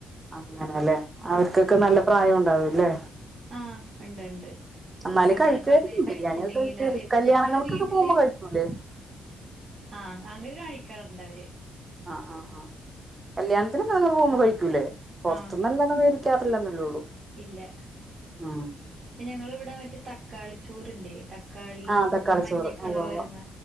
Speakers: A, on the right (about 25°); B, on the right (about 50°).
A: അങ്ങനെല്ലെ അവർക്കൊക്കെ നല്ല പ്രായം ഉണ്ടാവുല്ലേ
B: ആഹ് ണ്ട് ണ്ട്.
A: എന്നാലും
B: അപ്പൊ
A: കഴിക്കുവായിരിക്കും
B: ചെലപ്പോ അവര് കഴിച്ചില്ലെങ്കിലോ
A: ബിരിയാണിയൊക്കെ കഴിക്കുവായിരിക്കും
B: ഇപ്പൊ
A: കല്യാണങ്ങൾക്കൊക്കെ
B: ഞങ്ങള് വീട്ടില്
A: പോകുമ്പോ കഴിക്കൂലേ
B: ആ അൻ അങ്ങര് കാഴിക്കാറുണ്ടവര്.
A: ആ ആ ആ കല്യാണത്തിന് ഞങ്ങള് പോകുമ്പോ കഴിക്കൂല്ലേ? പുറത്തുന്നല്ലാതെ
B: ആഹ്
A: വേടി ക്കാറില്ലന്നല്ലേ ഒള്ളൂ
B: ഇല്ല
A: ഉം
B: പിന്നെ ഞങ്ങളിവിടെ മറ്റേ തക്കാളി ചോറില്ലേ? തക്കാളി
A: ആഹ് തക്കാളി
B: ചോറ് മഞ്ഞ കളർ
A: ഉവ്വ് ഉവ്വ്
B: വരുന്ന